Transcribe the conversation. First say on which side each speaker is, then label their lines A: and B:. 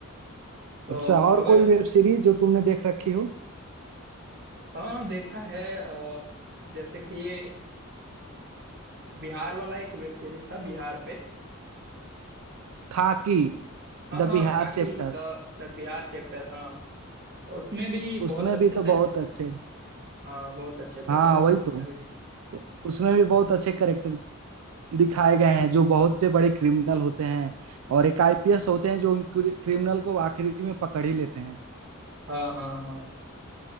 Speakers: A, on the right; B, on the right.
A: तो
B: अच्छा और
A: अगर
B: कोई वेब सीरीज जो तुमने देख रखी हो
A: हाँ देखा है अ, जैसे कि ये बिहार वाला एक वेब सीरीज था बिहार पे
B: Khakee
A: हाँ
B: the
A: हाँ
B: Bihar
A: Khakee
B: chapter
A: the The Bihar chapter हाँ तो उसमें भी बहुत
B: उसमें
A: अच्छे
B: भी तो
A: से
B: बहुत अच्छे
A: हाँ बहुत अच्छे अच्छे
B: हाँ
A: कैरेक्टर
B: वही
A: उसमें
B: तो
A: भी
B: उसमें भी बहुत अच्छे करेक्टर दिखाए गए हैं जो बहुत ही बड़े क्रिमिनल होते हैं और एक आईपीएस होते हैं जो उन क्रिमिनल को आखिरी में पकड़ ही लेते हैं
A: हाँ हाँ हाँ